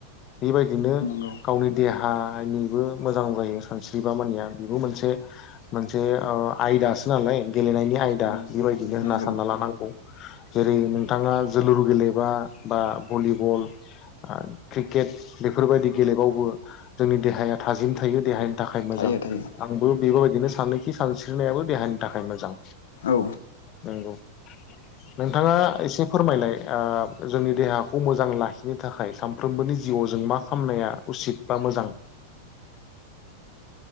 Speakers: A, on the left (about 35°); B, on the left (about 60°).
A: बेबायदिनो
B: नंगौ
A: गावनि देहा आ आयनिबो मोजां जायो सानस्रिबा मानिया बेबो मोनसे मोनसे ओ आयदासो नालाय गेलेनायनि आयदा
B: औ
A: बेबायदिनो होनना
B: नंगौ
A: सानना लानांगौ। जेरै नोंथाङा जोलुर गेलेबा बा भलिबल आ क्रिकेट बेफोरबायदि गेलेबावबो जोंनि देहाया थाजिम थायो देहानि थाखाय मोजां
B: थायो थायो
A: आंबो इफोरबायदिनो सानोखि सानस्रिनायाबो देहानि थाखाय मोजां
B: औ
A: नोंगौ। नोंथाङा एसे फोरमायलाय आ जोंनि देहाखौ मोजां लाखिनो थाखाय सानफ्रोमबोनि जिउआव जों मा खामनाया उसिद बा मोजां।